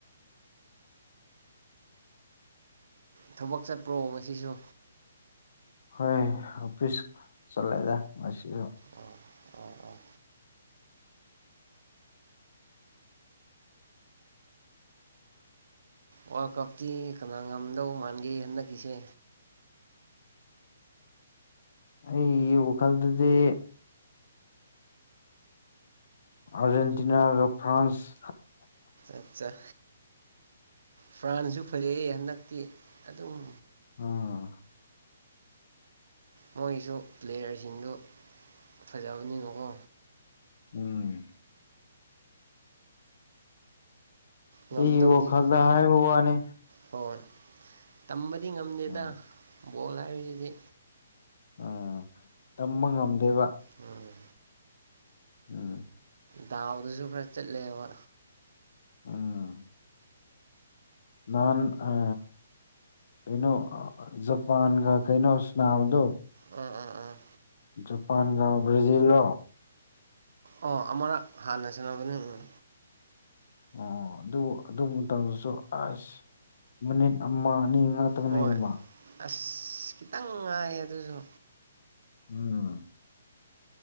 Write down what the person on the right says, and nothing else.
ꯊꯕꯛ ꯆꯠꯄ꯭ꯔꯣ ꯉꯁꯤꯁꯨ
ꯑꯣ ꯑꯣ ꯑꯣ ꯋꯥꯔꯜ ꯀꯞꯇꯤ ꯀꯅꯥ ꯉꯝꯗꯧ ꯃꯥꯟꯒꯦ ꯍꯟꯗꯛꯀꯤꯁꯦ
ꯑꯠꯆꯥ ꯆꯥ ꯐ꯭ꯔꯥꯟꯁꯨ ꯐꯩꯌꯦ ꯍꯟꯗꯛꯇꯤ ꯑꯗꯨꯝ
ꯃꯣꯏꯁꯨ ꯄ꯭ꯂꯦꯌꯔꯁꯤꯡꯗꯨ ꯐꯖꯕꯅꯤꯅꯀꯣ
ꯉꯝꯗꯧꯗꯤ
ꯍꯣꯏ ꯇꯝꯕꯗꯤ ꯉꯝꯗꯦꯗ
ꯕꯣꯜ ꯍꯥꯏꯕꯁꯤꯗꯤ
ꯎꯝ
ꯗꯥꯎꯗꯁꯨ ꯈꯔ ꯆꯠꯂꯦꯕ
ꯎꯝ ꯎꯝ ꯎꯝ
ꯑꫭ ꯑꯃꯔꯛ ꯍꯥꯟꯅ ꯁꯟꯅꯕꯅꯦ ꯎꯝ
ꯍꯣꯏ ꯑꯁ ꯈꯤꯇꯪ ꯉꯥꯏꯌꯦ ꯑꯗꯨꯁꯨ